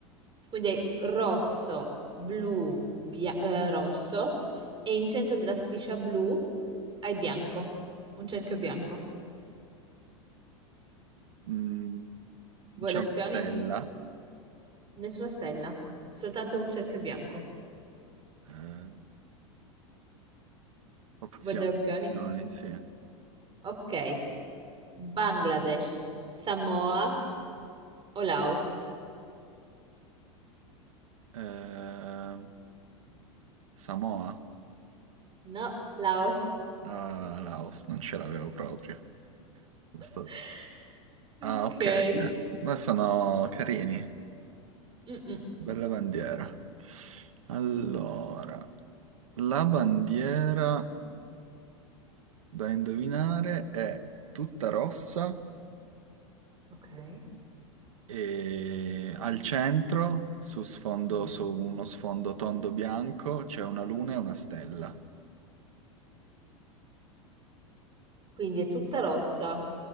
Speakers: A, on the right; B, on the right.
A: Quindi è rosso, blu, bia- eh, rosso e in centro della striscia blu hai bianco, un cerchio bianco.
B: Mm,
A: Vuoi
B: c'è
A: le opzioni?
B: una stella.
A: Nessuna stella, soltanto un cerchio bianco.
B: eh, opzioni,
A: Vuoi delle opzioni?
B: opzioni, sì.
A: Ok. Bangladesh, Samoa o Laos?
B: Eh, Samoa?
A: No, Laos.
B: Ah, Laos, non ce l'avevo proprio. Questo-
A: <laughs>
B: Ah, ok,
A: Ok.
B: eh, ma sono carini.
A: Mm-mm.
B: Bella bandiera. Allora, la bandiera da indovinare è tutta rossa
A: Ok.
B: e al centro, su sfondo,
A: Mhm.
B: su uno sfondo tondo bianco, c'è una luna e una stella.
A: Quindi è tutta rossa,